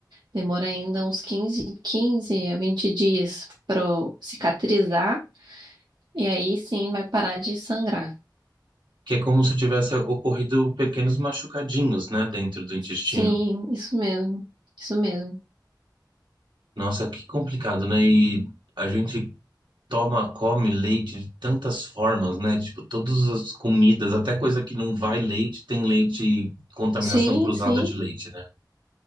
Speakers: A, on the right; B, on the right.
A: Demora ainda uns quinze, 15 a 20 dias para cicatrizar e aí sim vai parar de sangrar.
B: Que é como se tivesse ocorrido pequenos machucadinhos, né? Dentro do intestino.
A: Sim, isso mesmo. Isso mesmo.
B: Nossa, que complicado, né? E a gente toma, come leite de tantas formas, né? Tipo, todas as comidas, até coisa que não vai leite, tem leite, contaminação
A: Sim,
B: cruzada
A: sim.
B: de leite, né?